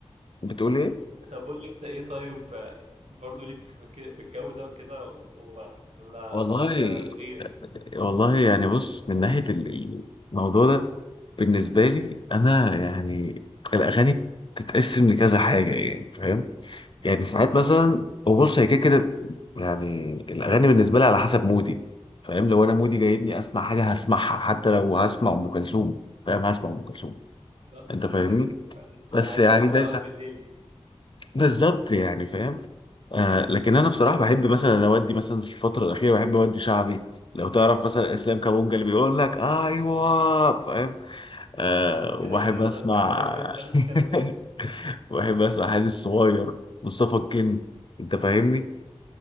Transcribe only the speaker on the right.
طب قول لي انت ايه طيب آه، برضو ليك في ك- في الجو ده وكده ولا
انت غير
لا ده
كده
كده <laughs> انت
عايزه
روقه
بالليل دي
ده كده
كده
ده <laughs> بلاش
كرفان